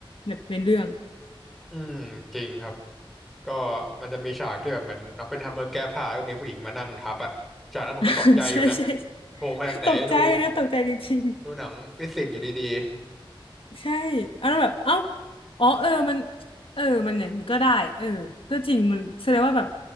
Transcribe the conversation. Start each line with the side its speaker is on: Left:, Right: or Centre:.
Left: ในในเรื่อง
Centre: อืมจริงครับก็มันจะมีฉากที่แบบเหมือนเราเป็นทมเมอร์แก้ผ้าแล้วก็มีผู้หญิงมานั่งทับอ่ะจากนั้นผมก็ตกใจอยู่นะ
Left: <laughs> ใช่ใช่
Centre: โผล่มาจากไหนดู
Left: ตกใจนะตกใจจริง
Centre: ดูหนังฟิสิกส์อยู่ดี
Left: ๆใช่เอะแล้วแบบเอ้าอ๋อเออมันเออมันอย่างนี้ก็ได้เออก็จริงมันแสดงว่าแบบ